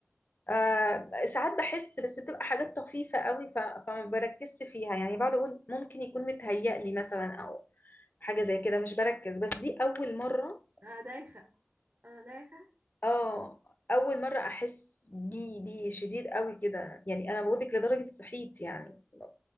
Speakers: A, on the left; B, on the right.
A: آه ساعات بحس بس بتبقى حاجات طفيفة قوي ف... فما بركزش فيها يعني بقعد اقول ممكن يكون متهيأ لي مثلا او حاجة زي كده مش بركز بس دي اول مرة
B: انا دايخة انا دايخة
A: اه اول مرة احس بيه بيه شديد قوي كده يعني انا بقول لك لدرجة صحيت يعني ما